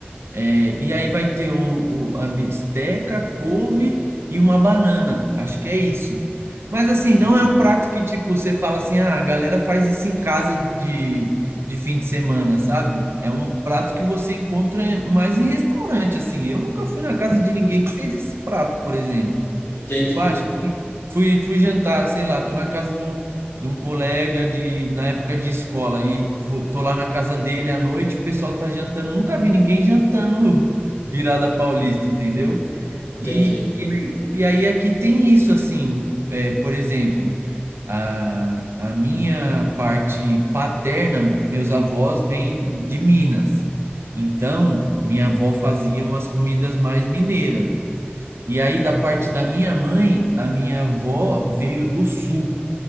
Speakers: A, on the right (about 75°); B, on the left (about 65°).
A: É, e aí vai ter o, o- a bisteca, couve e uma banana. Acho que é isso. Mas assim,
B: Entendi,
A: não é um prato que tipo você fala assim, ah, a galera faz isso em casa de, de fim de semana, sabe? É um prato que você encontra mais em restaurante, assim. Eu nunca fui na casa de ninguém que fez esse prato, por exemplo.
B: entendi,
A: Tipo, ah, fui, fui jantar, sei lá, tô na casa de um de um colega de na época de escola e fo- tô lá na casa dele à noite, o pessoal tá jantando, nunca vi ninguém jantando <laughs> virada paulista, entendeu?
B: entendi.
A: E, e, aí, e aí aqui tem isso assim, é, por exemplo, a, a minha parte paterna, meus avós vêm de Minas. Então, minha avó fazia umas comidas mais mineiras. E aí, da parte da minha mãe, a minha avó veio do sul.